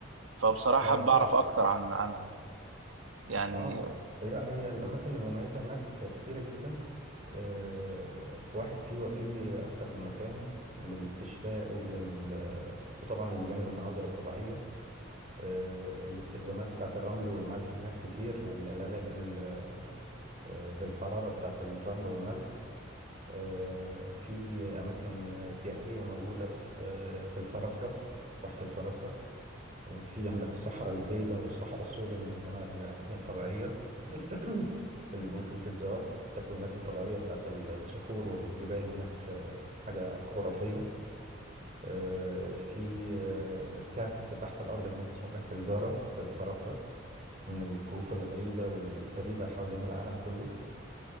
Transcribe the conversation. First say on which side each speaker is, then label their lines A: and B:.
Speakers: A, on the right; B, on the right.
A: فبصراحة
B: لا لا
A: بعرف
B: خالص
A: أكتر عن عنها يعني
B: اه لا هي الاماكن المميزه هناك كتيره جدا آه، في واحد سيوه فيه اكتر من مكان للاستشفاء ولل وطبعا بجانب المناظر الطبيعيه آه، الاستخدامات بتاعه الرمل والملح هناك كتير العلاج بال- آه، بالحراره بتاعه الرمل والملح آه، في اماكن سياحيه موجوده في في الفرافره واحه الفرافره آه، في عندك الصحراء البيضاء والصحراء السوداء من المنا- من الأماكن الطبيعية <clears throat> اللي ممكن تتزار التكوينات الطبيعية بتاعت ال- الصخور والجبال هناك حاجة خرافية آه، في آه، كهف تحت الأرض هناك اسمه كهف الجارة في الفرافرة من الكهوف الغريبة والفريدة حوالين العالم كله